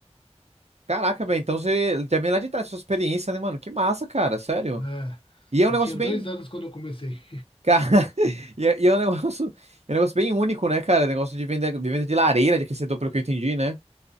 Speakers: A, on the right; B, on the left.
A: Caraca, velho. Então você já vem lá de trás, sua experiência, né, mano? Que massa, cara. Sério.
B: É,
A: E é um
B: eu
A: negócio
B: tinha
A: bem.
B: dois anos quando eu comecei.
A: Cara, <laughs> e é, e é um negócio, é um negócio bem único, né, cara? Negócio de venda, de venda de lareira, de aquecedor, pelo que eu entendi, né?